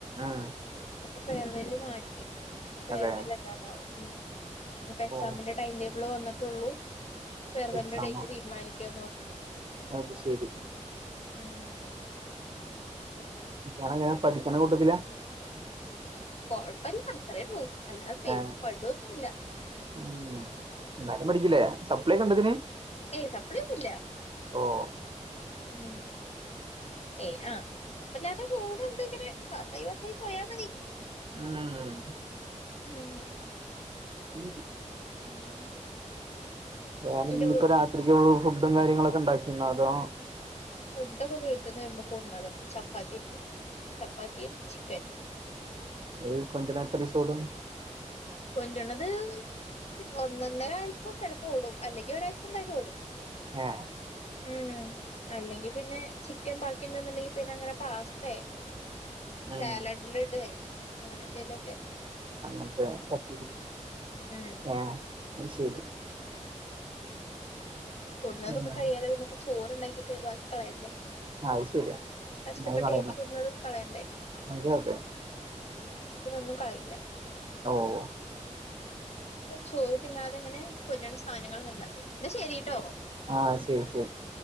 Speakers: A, on the right; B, on the left.
A: ആഹ്
B: ഫെയർവെല്ല് മാറ്റി ഇനിയിപ്പ ഫെയർവെൽ
A: അതെ
B: എന്നാന്നാവോ ഉം ഇനിയിപ്പ എക്സാമിന്റെ
A: ഓ
B: ടൈം ടേബിള് വന്നിട്ടുള്ളൂ ഫെയർവെല്ലിന്റെ
A: എക്സാമോ
B: ഡേറ്റ് തീരുമാനിക്കുകാന്ന് പറഞ്ഞു
A: അത് ശരി.
B: തെന്നെ
A: ഇയാൾ എങ്ങനെ പഠിക്ക്ണ കൂട്ടത്തിലാ?
B: കൊഴപ്പല്ല അത്രേ ഉള്ളൂ അല്ലാതെ പെ
A: ഏ
B: പടോന്നുല്ല.
A: ഉം ഇന്നാലും പഠിക്കില്ലേ. സപ്ലി ഒക്കെ ഉണ്ടോ ഇതിന്?
B: ഹേയ് സപ്ലി ഒന്നുല്ലാ.
A: ഓഹ്
B: ഉം. ഏയ് ആഹ് കുഴപ്പല്ലാതെ പോണ് ണ്ട് ഇങ്ങനെ പാസ്സായി പാസ്സായി പോയാ മതി.
A: ഉം
B: <unintelligible>
A: <unintelligible>
B: <unintelligible>
A: വേറെ
B: എന്റെ
A: ഇനിയിപ്പ രാത്രിക്ക് ഫുഡും കാര്യങ്ങളൊക്കെ ഉണ്ടാക്കിണോ അതോ,
B: ഫുഡൊക്കെ വീട്ടിന്ന് വരുമ്പോ കൊടുന്നത് ണ്ട്. ചപ്പാത്തി ണ്ട് ചപ്പാത്തിയും ചിക്കനും.
A: ഈ കൊണ്ട്ര്ണത് എത്രീസോടും?
B: കൊൻൻ്റ്ണത് ഒരു ഒന്നൊന്നരാഴ്ച ചെലപ്പോ ഓടും അല്ലെങ്കി ഒരാഴ്ച എന്തായാലും ഓടും.
A: ഏഹ്.
B: ഉം ഹും. അല്ലെങ്കി പിന്നെ ചി ക്കൻ ബാക്കിണ്ട്ന്ന്ണ്ടെങ്കി പിന്നെ അങ്ങനെ പാസ്തെ
A: ഉം
B: സാലഡ്ല് ഇടേ അങ്ങനെ എന്തെലൊക്കെ.
A: അങ്ങനത്തെ തട്ടി കൂട്ട്
B: ഉം
A: ഏഹ് അത് ശരി.
B: കൊടുന്നതൊക്കെ
A: ആ
B: കഴിയാതെ പിന്നെ പ്പ ചോറ് ണ്ടാക്കീട്ട് വാക്കി കളയണ്ടേ.
A: അത് ശരിയാ
B: കഷ്ടപ്പെട്ട്
A: അത് കളയണം
B: ഏറ്റി കൊടുന്നത് കളയണ്ടേ.
A: അത് അതെ
B: തിനൊന്നും കളയില്ല.
A: ഓഹ് ഓഹ്.
B: <unintelligible> ചോറ് തിന്നാതെ ഇങ്ങനെ കൊണ്ട്രണ സാധനങ്ങള് ങ്ങനെണ്ടാക്കും. ഇന്ന ശരിട്ടോ.
A: ആഹ് ശരി ശരി.